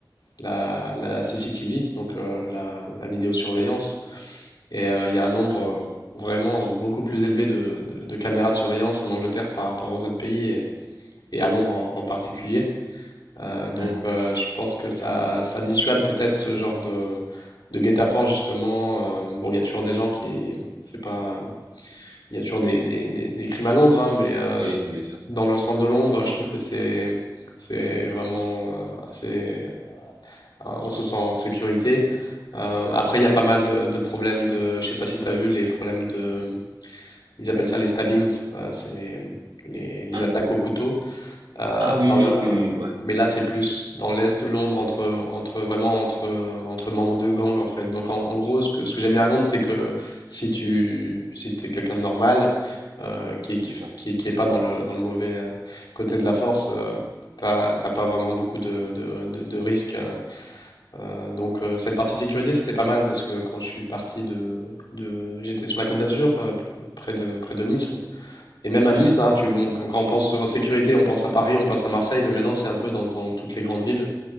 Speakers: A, on the left; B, on the right.
A: la, la CCTV, donc euh, la, la vidéosurveillance. Et euh, il y a un nombre
B: Ouais.
A: euh, vraiment beaucoup plus élevé de, de- de caméras de surveillance en Angleterre par rapport aux autres pays et, et à Londres en, en particulier. Euh, donc
B: Hmm.
A: euh, je pense que ça, ça dissuade peut-être ce genre de, de guet-apens justement. Euh, bon, il y a toujours des gens qui... C'est pas, il y a toujours des, des- des- des crimes à Londres, hein, mais euh,
B: Oui,
A: c-
B: bien sûr.
A: dans le centre de Londres, je trouve que c'est, c'est vraiment euh, assez... ah, On se sent en sécurité. Euh, après, il y a pas mal de, de problèmes de... Je sais pas si tu as vu les problèmes de... Ils appellent ça les stabbings, euh, c'est les, les, les
B: Ah non.
A: attaques au couteau. Euh,
B: Ah oui,
A: dans
B: oui,
A: le,
B: ok, oui, oui, ouais,
A: mais là, c'est plus dans l'est de Londres, entre, entre vraiment entre, entre membres de gang en fait. Donc en, en gros, ce que, ce que j'aime bien à Londres, c'est que si tu si t'es quelqu'un de normal, euh, qui, qui,
B: c'est ça.
A: qui, qui est pas dans le, dans le mauvais euh, côté de la force, euh, t'as t'as pas vraiment beaucoup de, de, de- de risques. hein. Euh, donc euh, cette partie sécurité, c'était pas mal parce que quand je suis parti de, de- j'étais sur la Côte d'Azur, euh, p- près de, près de Nice. Et même à Nice,
B: Oui,
A: hein, tu, on- quand, quand on pense en sécurité, on pense à Paris, on pense à Marseille, mais maintenant c'est un peu dans, dans toutes les grandes villes.